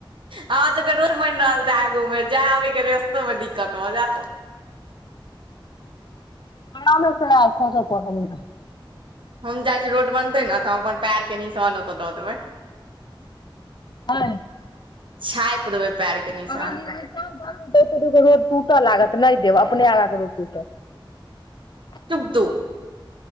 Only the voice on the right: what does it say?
हँ त अखन रोड ब‌इन रहल छै आगूमे जाय आबयके रेस्तोमे दिक्कत भ जायत
हम जाइ छियै रोड बनतै न तऽ हम अपन पैरके निशान ओतय दऽ देबै
छाइप देबै पैर के निशान
चुप तु